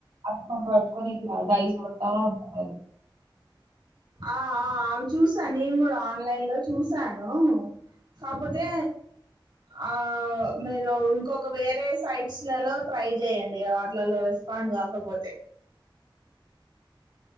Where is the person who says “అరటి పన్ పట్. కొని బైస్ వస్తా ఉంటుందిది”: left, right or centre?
Right